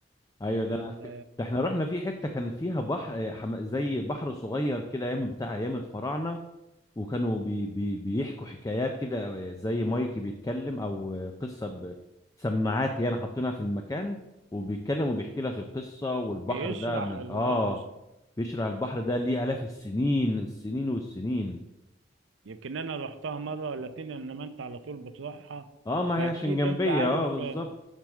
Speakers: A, on the left; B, on the right.
A: ايوه
B: في ال...
A: ده انا
B: ال...
A: عارف ده احنا رحنا في حتة كان فيها بحر حم... زي بحر صغير كده ايام بتاع ايام الفراعنة وكانوا بي... بي... بيحكوا حكايات كده آه، زي مايكي بيتكلم او قصة بسماعات يعني حاطينها في المكان وبيتكلم وبيحكي لك القصة والبحر
B: بيشرح
A: ده من
B: ال...
A: اه
B: اه بيش...
A: بيشرح البحر ده ليه آلاف السنين السنين والسنين
B: يمكن أنا رحتها مرة ولا اتنين إنما أنت على طول بتروحها
A: اه ما
B: فأكيد
A: هي عشان جنبية
B: أنت عارف
A: اه بالظبط